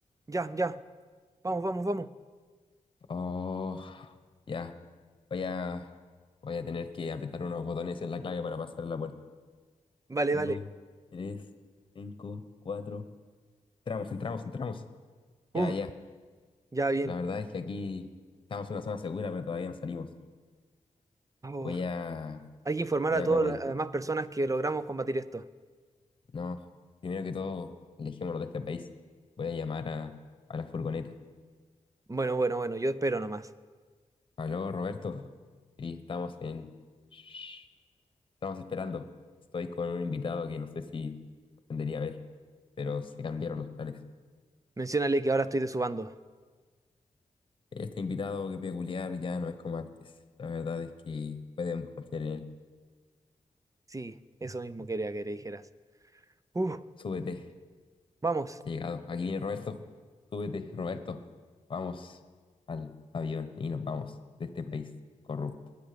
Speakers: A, on the right; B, on the left.
A: Ya, ya. Vamos, vamos, vamos.
B: Oh, ya. Voy a, voy a tener que apretar unos botones en la clave para pasar la puerta.
A: Vale,
B: Uno,
A: vale.
B: tres, cinco, cuatro. Entramos, entramos, entramos. Ya,
A: Uh,
B: ya.
A: ya bien.
B: La verdad es que aquí estamos en una zona segura, pero todavía no salimos.
A: Oh,
B: Voy a,
A: Hay que informar
B: voy
A: a
B: a
A: todas
B: comuni-
A: las demás personas que logramos combatir esto.
B: No, primero que todo, alejémonos de este país. Voy a llamar a, a la furgoneta.
A: Bueno, bueno, bueno, yo espero nomás.
B: Aló, Roberto. Sí, estamos en... Shh, Estamos esperando. Estoy con un invitado que no sé si tendría a ver, pero se cambiaron los planes.
A: Menciónale que ahora estoy de su bando.
B: Este invitado que peculiar ya no es como antes. La verdad es que podemos confiar en él.
A: Sí, eso mismo quería que le dijeras. Uf,
B: Súbete,
A: vamos.
B: he llegado. Aquí viene Roberto. Súbete, Roberto. Vamos al avión y nos vamos de este país corrupto.